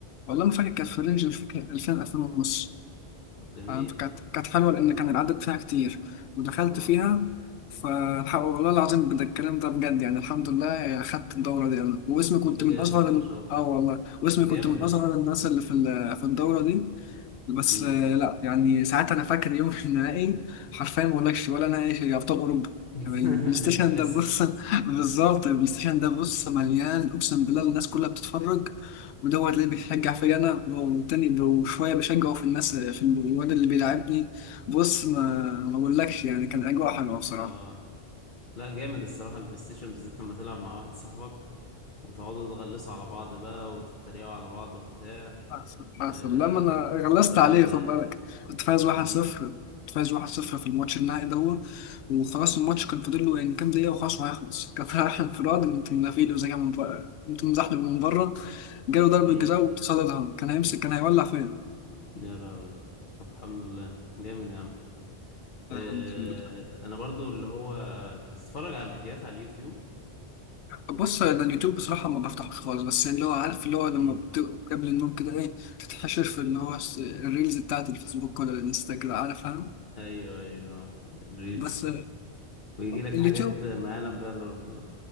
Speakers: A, on the left; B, on the left.
A: والله ما فاكر كانت في رينج مش فاكر 2000 2000 ونص
B: طب جميل
A: آه، فكانت كانت حلوة لأن كان العدد فيها كتير ودخلت
B: اه
A: فيها فالحق والله العظيم بجد الكلام ده بجد يعني الحمد لله خدت الدورة دي أنا واسمي كنت
B: بجد
A: من أصغر
B: ما
A: ال-
B: شاء الله
A: آه والله واسمي
B: جامد
A: كنت من
B: يا
A: أصغر
B: اسطى
A: الناس اللي في ال- في الدورة دي بس
B: مم.
A: آه، لا يعني ساعات انا فاكر يوم <laughs> في النهائي حرفيا ما اقولكش ولا نهائي في ابطال اوروبا
B: <laughs>
A: يعني البلاي ستيشن
B: الكلاسيكو
A: ده بص <laughs> بالظبط البلاي ستيشن ده بص مليان اقسم بالله الناس كلها بتتفرج ودوت
B: مم.
A: اللي بيشجع فيا انا والتاني وشويه بشجعه في الناس في الواد اللي بيلعبني بص ما ما اقولكش يعني كان اجواء حلوه بصراحه
B: اه لا جامد الصراحة البلاي ستيشن بالذات لما تلعب مع واحد صاحبك وتقعدوا تغلسوا على بعض بقى وتتريقوا على بعض وبتاع
A: أحسن
B: آه
A: أحسن لما أنا
B: بتبقى
A: غلست عليه
B: جامدة
A: خد
B: يعني
A: بالك كنت فايز 1-0
B: مم.
A: كنت فايز 1-0 في الماتش النهائي ده وخلاص الماتش كان فاضل له يعني كام دقيقة وخلاص وهيخلص <laughs> كان رايح انفراد قمت منافيله زي ما من بره قمت مزحلق من بره جاله ضربة
B: مم.
A: جزاء واتصدتها كان هيمسك كان هيولع فين <laughs>
B: يا لهوي طب الحمد لله جامد يا عم
A: يعني
B: آه
A: الحمد لله.
B: انا برضو اللي هو بتتفرج على الفيديوهات على اليوتيوب
A: بص أنا اليوتيوب بصراحة ما بفتحوش خالص بس يعني اللي هو عارف اللي هو لما
B: مم.
A: بت... قبل النوم كده إيه تتحشر في اللي هو الس- الريلز بتاعت الفيسبوك ولا الانستجرام عارف فاهم
B: ايوه ايوه اه. الريز
A: بس
B: ويجي لك
A: اليوتيوب
B: حاجات ما يعلم بها الا ربنا